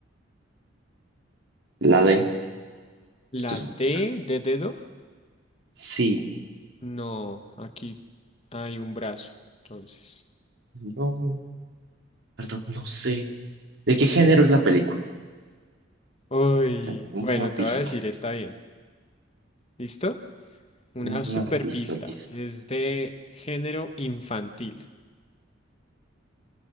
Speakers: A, on the right (about 65°); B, on the left (about 35°).
A: la D. Esto
B: La
A: es
B: D
A: un que sale.
B: de dedo.
A: Sí.
B: No, aquí hay un brazo, entonces.
A: No. verdad, no sé. ¿De qué género es la película?
B: Uy,
A: O sea, tenemos
B: bueno,
A: una pista.
B: te voy a decir, está bien. ¿Listo? Una
A: Tenemos
B: super
A: una pista
B: pista.
A: lista.
B: Es de género infantil.